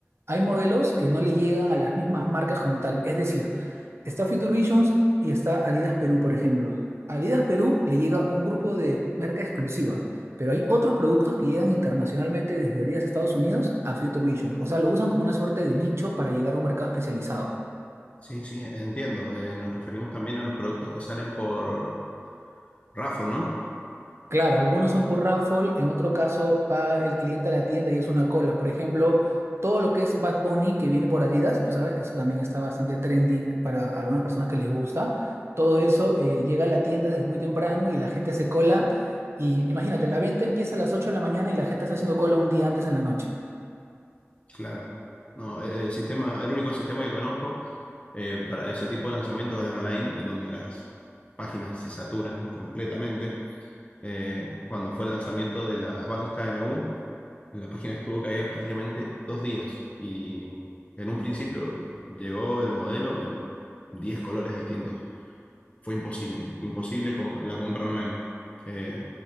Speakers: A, on the right (about 60°); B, on the left (about 30°).
A: hay modelos que no le llegan a las mismas marcas como tal. Es decir, Está Future Visions y está Adidas Perú, por ejemplo. A Adidas Perú le llega un grupo de marca exclusiva, pero hay otros productos que llegan internacionalmente desde Adidas Estados Unidos a Future Visions. O sea, lo usan como una suerte de nicho para llegar a un mercado especializado.
B: Sí, sí, entiendo. Eh, nos referimos también a los productos que salen por Raffle, ¿no?
A: Claro, algunos son por raffle, en otro caso va el cliente a la tienda y es una cola. Por ejemplo, todo lo que es Bad Bunny que viene por Adidas, tú sabes que eso también está bastante trending para algunas personas que les gusta. Todo eso eh, llega a la tienda desde muy temprano y la gente hace cola. Y imagínate, la venta empieza a las 8 de la mañana y la gente está haciendo cola un día antes en la noche.
B: Claro. No, eh, el sistema, el único sistema que conozco eh, para ese tipo de lanzamientos es online, en donde las páginas se saturan completamente. Eh, cuando fue el lanzamiento de las Vans KNU, La página estuvo caída prácticamente dos días y en un principio llegó el modelo en 10 colores distintos. Fue imposible, imposible co- la compra online. Eh,